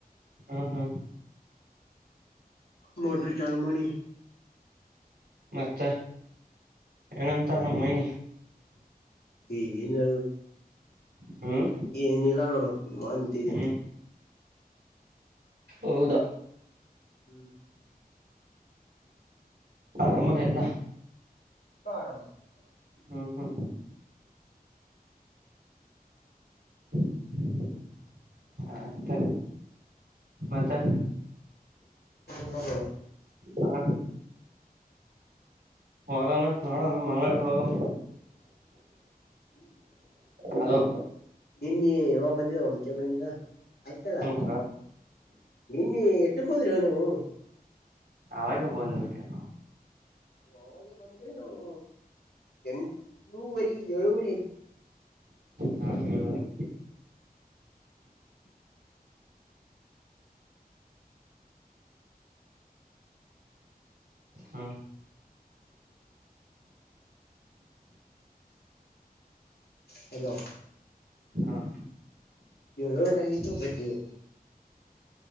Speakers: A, on the right; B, on the left.
A: ಹ್ಮ್ ಹ್ಮ್
B: ಮೋಟರ್ ಚಾಲೂ ಮಾಡಿ
A: ಮತ್ತ ಏನಂತಾರೆ ನ ಮಹನಿ
B: ಈನ್
A: ಹ್ಮ್
B: ಏನಿಲ್ಲ ನೋಡು ನೀ ಅಂತಿದ್ದೀನ್
A: ಹ್ಮ್ ಹೌದಾ
B: ಹ್ಮ್
A: ಅರಮನ ಇಲ್ಲ
B: ಆಾರ ಮಹದ
A: ಹ್ಮ್ ಹ್ಮ್ <unintelligible> ಆಯ್ತ್ ಮತ್ತೆ
B: ಹಗಳು
A: ಹಾ ಹೋಗಮ್ಮಂತ ನೋಡಮ ಮಂಗಗಳ ಹೋಗಮ್ಮ
B: ಹ್ಮ್
A: ಹಲೋ
B: ನಿನ್ನ ಇವಾಗ ಬಂದಿದ ಒಮ್ಚೆ ಬಂದಿದ ಆಯ್ತಲ್ಲ
A: ಹ್ಮ್
B: ನಿನ್ನ ಎಟ್ಟಕ್ ಹೋದ್ರ ನೀವು
A: ಾಗ ಒಬ್ಬ ಬಂದು ಬಿಟ್ಟು ನಾವು
B: ಅವಾಗ ಬಂದ್ರೆ ನಾವು ಎಂಟಳೂವರಿ ಏಳುವರಿ ಆಯತು
A: ನಾನ್ ಏಳುವರೆಗೆ ಹಾ
B: ಹಲೋ
A: ಹ
B: ಏಳುವರೆ ಆಗತು ಬಡ್ಿಯು